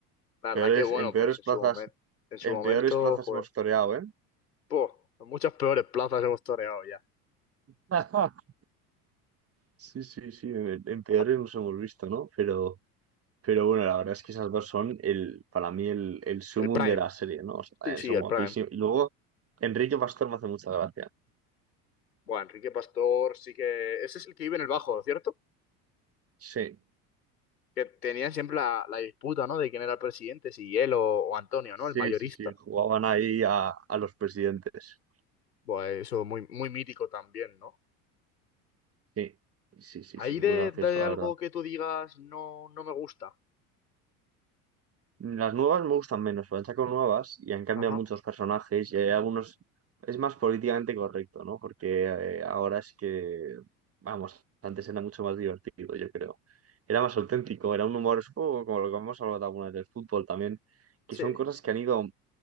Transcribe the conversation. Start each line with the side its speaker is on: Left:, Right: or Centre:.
Left: La verdad
Right: Peores,
Left: que bueno,
Right: en peores
Left: pues en
Right: plazas,
Left: su momento, en su
Right: en
Left: momento,
Right: peores plazas
Left: joder,
Right: hemos toreado, ¿eh?
Left: po, en muchas peores plazas hemos toreado ya.
Right: <laughs> Sí, sí, sí, en, en peores
Left: Ah,
Right: nos hemos visto, ¿no? Pero, pero bueno, la verdad es que esas dos son el, para mí el, el sumum
Left: El Prime.
Right: de la serie, ¿no? O sea, también
Left: Sí, sí,
Right: son
Left: el
Right: guapísimos.
Left: Prime.
Right: Y luego, Enrique Pastor me hace mucha gracia.
Left: Bueno, Enrique Pastor sí que... Ese es el que vive en el Bajo, ¿cierto?
Right: Sí,
Left: Que tenían siempre la, la disputa, ¿no? De quién era el presidente, si él o, o Antonio,
Right: Sí,
Left: ¿no? El mayorista.
Right: sí, sí, jugaban ahí a, a los presidentes.
Left: Bueno, eso muy, muy mítico también, ¿no?
Right: Sí, sí, sí,
Left: Ahí
Right: sí,
Left: de,
Right: muy gracioso,
Left: de algo
Right: la verdad.
Left: que tú digas no, no me gusta.
Right: Las nuevas me gustan menos, pero han sacado nuevas y han cambiado
Left: Ajá.
Right: muchos personajes y hay algunos... Es más políticamente correcto, ¿no? Porque eh, ahora es que, vamos, antes era mucho más divertido, yo creo. Era más auténtico, era un humor, es un poco como lo que hemos hablado alguna vez del fútbol también, que
Left: Sí.
Right: son cosas que han ido,